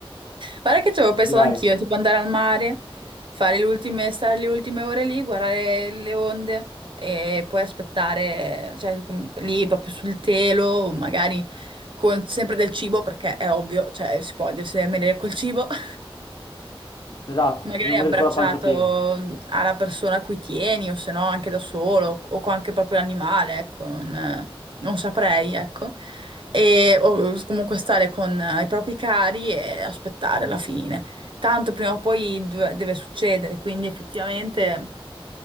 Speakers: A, on the right; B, on the left.
A: Guarda che ci avevo pensato
B: direi.
A: anch'io, tipo andare al mare, fare le ultime, stare le ultime ore lì, guardare le onde e poi aspettare, cioè com- lì proprio sul telo, magari con sempre del cibo, perché è ovvio, cioè si può deve venire col cibo. <laughs>
B: Esatto,
A: Magari
B: bisogna morire
A: abbracciato
B: con la pancia piena.
A: alla persona a cui tieni, o se no anche da solo, o con anche proprio l'animale, ecco, non, non saprei, ecco e o comunque stare con eh, i propri cari e aspettare la fine. Tanto prima o poi deve deve succedere, quindi effettivamente.